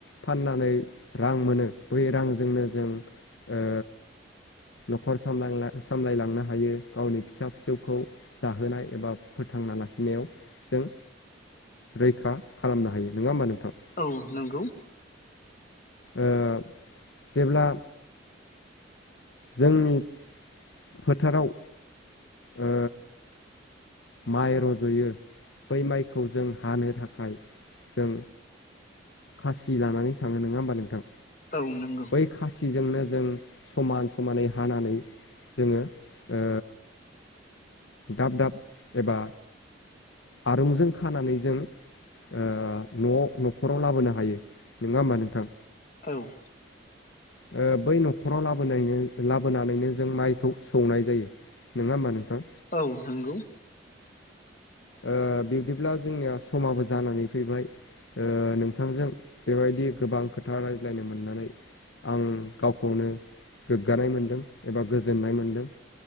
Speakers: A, on the left; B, on the left.
A: फाननानै रां मोनो बै रांजोंनो जों ओ न'खर सामला सामलायलांनो हायो गावनि। फिसा फिसौखौ जाहोनाय एबा फोथांना लाखिनायाव जों रैखा खालामनो हायो नोङा होमबा नोंथां?
B: औ नोंगौ।
A: ओ जेब्ला जोंनि फोथाराव ओ माइ रज'यो बै माइखौ जों हानो थाखाय जों खासि लानानै थाङो नोङा होमबा नोंथां
B: औ नंगौ
A: बै खास सिजोंनो जों समान समानै हानानै जोङो ओ दाब दाब एबा आरुंजों खानानै जों ओ न'आव न'खराव लाबोनो हायो नोङा होमबा नोंथां।
B: औ।
A: ओ बै न'खराव लाबोनायनो लाबोनानैनो जों माइखौ सौनाय जायो। नोङा होमबा नोंथां।
B: औ थांगौ।
A: ओ बिब्दिब्ला जोंनिया समाबो जानानै फैबाय। ओ नोंथांजों बेबायदि गोबां खोथा रायज्लायनो मोननानै आं गावखौनो गोग्गानाय मोनदों एबा गोजोननाय मोनदों।